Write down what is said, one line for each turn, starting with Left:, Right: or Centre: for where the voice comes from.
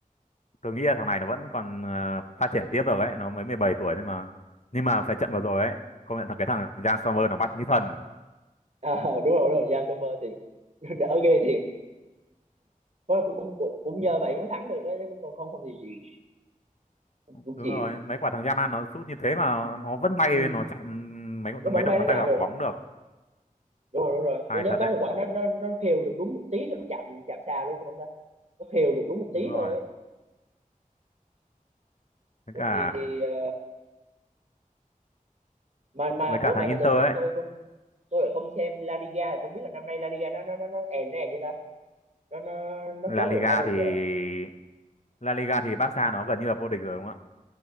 Left: tôi nghĩ là thằng này nó vẫn còn ờ, phát triển tiếp được ấy nó mới 17 tuổi nhưng mà nhưng mà phải trận vừa rồi ấy công nhận thật cái thằng Jan Sommer nó bắt như thần
Right: à, đúng rồi đúng rồi Jan Sommer thì <laughs> đỡ ghê thiệt Thôi cũng cũng cũng nhờ vậy mới thắng được đấy chứ còn không không thì gì cũng
Left: đúng
Right: chịu
Left: rồi mấy quả thằng Yaman nó sút như thế mà nó vẫn bay
Right: ừ.
Left: nó chặn mấy
Right: nó bắn
Left: mấy đầu
Right: bay
Left: ngón
Right: nó
Left: tay
Right: chạm
Left: vào
Right: được
Left: quả bóng được
Right: đúng rồi đúng rồi
Left: tài
Right: tôi nhớ
Left: thật đấy
Right: có một quả nó nó nó khều được đúng một tí thôi nó chạm chạm xa luôn không ta nó khều được đúng một tí
Left: đúng rồi
Right: thôi ấy.
Left: với
Right: không
Left: cả
Right: thì thì ờ, mà mà
Left: với
Right: ủa
Left: cả
Right: mà
Left: thằng Inter
Right: từ từ
Left: ấy
Right: tôi tôi không tôi lại không xem La Liga là không biết là năm nay La Liga nó nó nó nó èn nó èn như ta nó nó nó
Left: La
Right: chốt
Left: Liga
Right: được ai vô địch
Left: thì
Right: vậy
Left: La Liga thì Barca nó gần như là vô địch rồi đúng không ạ